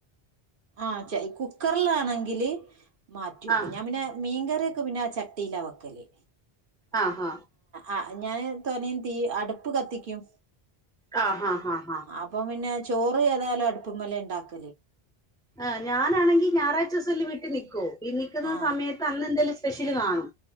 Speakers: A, on the right; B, in the centre.
A: ആ ച കു ക്കർലാണെങ്കില് മാറ്റി വെക്കും
B: ആഹ്
A: ഞാൻ പിന്നെ മീൻകറി ഒക്കെ പിന്നാ ചട്ടിയില വക്കല്
B: ആ ഹാ
A: ആ ഞാന് തോനീ തീ അടുപ്പ് കത്തിക്കും
B: ആ ഹാ ഹാ ഹാ ഹാ
A: അപ്പൊ
B: ഹാ
A: പിന്നെ ചോറ് ഏതായാലും അടുപ്പുമലെണ്ടാക
B: ആ ഞാനാണെങ്കിൽ ഞായറാഴ്ച്ചസം ലിവി ത്തി നിക്കോ ഈ നിക്കുന്ന
A: ആ
B: സമയത്ത് അന്ന് എന്തേലും സ്പെഷ്യൽ കാണും